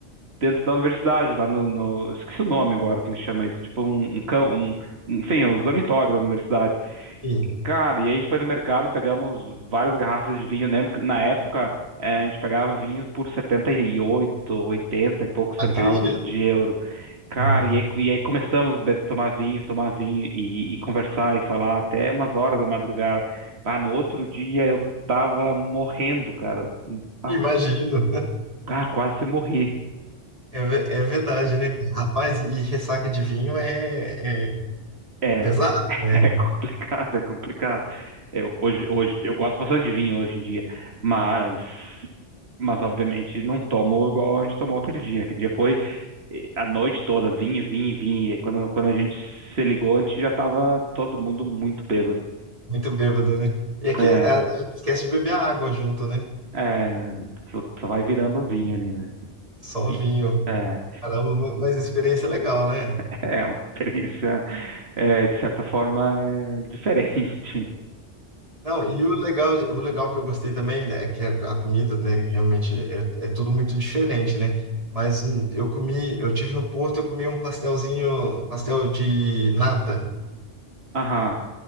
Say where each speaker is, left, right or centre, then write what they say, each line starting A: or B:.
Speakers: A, on the right; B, on the right.
A: dentro da universidade, lá no, no- esqueci o nome agora, como chama isso, tipo um, um, cam- um- um- enfim, os dormitórios da universidade.
B: Sim,
A: Cara, e aí a gente foi no mercado, pegamos várias garrafas de vinho, né? Porque Na época, eh, a gente pegava vinho por 78, 80 e poucos
B: acredito,
A: centavos de euro. Cara,
B: né?
A: e aí, e aí começamos a be- tomar vinho, tomar vinho e, e conversar e falar até umas horas da madrugada. Ah, no outro dia eu tava morrendo, cara. Ah,
B: Imagino.
A: ah, quase morri.
B: É, ve- é verdade, né? Rapaz, e ressaca de vinho é, é,
A: É,
B: é pesado,
A: <laughs>
B: né?
A: é complicado, é complicado. Eu, hoje, hoje, eu gosto bastante de vinho hoje em dia, mas, mas obviamente não tomo igual a gente tomou aquele dia. Aquele dia foi eh, a noite toda, vinho, vinho, vinho. E quando, quando a gente se ligou, a gente já tava todo mundo muito bêbado.
B: Muito bêbado, né? E é que
A: É,
B: a, a gente esquece de beber água junto, né?
A: é, só, só vai virando um vinho ali, né?
B: Só
A: E,
B: vinho.
A: é,
B: Caramba, ma- mas a experiência é legal, né?
A: <laughs> é uma experiência, eh, de certa forma, eh, diferente.
B: Não, e o legal, o legal que eu gostei também, né, é que a, a comida, né, realmente é, é tudo muito diferente, né? Mas hum, eu comi, eu tive no Porto, eu comi um pastelzinho, pastel de nata,
A: Aham,